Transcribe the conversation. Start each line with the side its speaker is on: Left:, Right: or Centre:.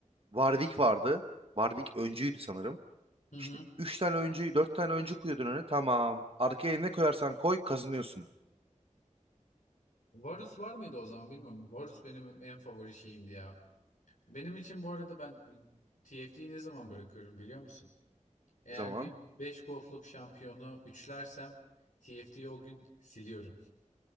Right: Warwick vardı. Warwick öncüydü sanırım.
Left: hı hı.
Right: İşte 3 tane öncüyü 4 tane öncü koyuyordun öne. Tamam. Arkaya ne koyarsan koy kazanıyorsun.
Left: Varus var mıydı o zaman bilmiyorum. Varus benim en favori şeyimdi ya. Benim için bu arada ben TFT'yi ne zaman bırakıyorum biliyor musun? Eğer
Right: O zaman.
Left: bir 5 gold'luk şampiyonu üçlersem TFT'yi o gün siliyorum.